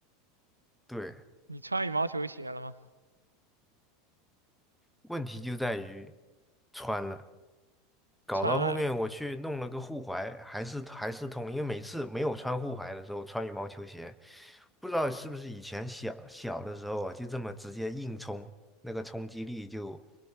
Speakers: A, in the centre; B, on the right.
A: 对，
B: 你穿羽毛球鞋了吗？
A: 问题就在于穿了。搞到后面我去弄了个护踝，
B: 穿了
A: 还是还是痛，因为每次没有穿护踝的时候穿羽毛球鞋，不知道是不是以前小小的时候啊，就这么直接硬冲，那个冲击力就